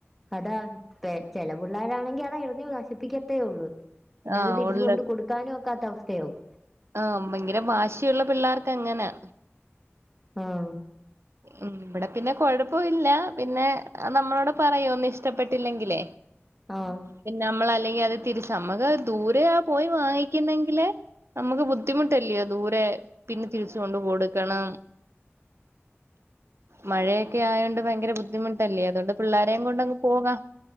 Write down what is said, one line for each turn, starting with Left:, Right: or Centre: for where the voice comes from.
Centre: അതാ പെ ചെലപിള്ളേരാണെങ്കി അതെറിഞ്ഞു നശിപ്പിക്കത്തേയുള്ളു. പിന്നെ
Right: ആഹ്
Centre: അത് തിരിച്ച്
Right: ഉള്ള
Centre: കൊണ്ട് കൊടുക്കാനും ഒക്കാത്ത അവസ്ഥയാവും.
Right: ആഹ് ഭയങ്കര വാശിയുള്ള പിള്ളേർക്കങ്ങനാ.
Centre: ആഹ്
Right: ഉം ഇവടെ പിന്നെ കൊഴപ്പവില്ല, പിന്നെ നമ്മളോട് പറയും ഒന്നും ഇഷ്ടപ്പെട്ടില്ലെങ്കിലേ.
Centre: ആഹ്
Right: പിന്നെ നമ്മള് അല്ലെങ്കി അത് തിരിച്ച് നമ്മക്ക് ദൂരെ ആ പോയ് വാങ്ങിക്കുന്നെങ്കില്, നമുക്ക് ബുദ്ധിമുട്ടല്ല്യൊ ദൂരെ പിന്നെ തിരിച്ച് കൊണ്ട് കൊടുക്കണം. മഴയൊക്കെ ആയോണ്ട് ഭയങ്കര ബുദ്ധിമുട്ടല്ലേ അതുകൊണ്ട് പിള്ളേരെയും കൊണ്ടങ്ങ് പോകാ.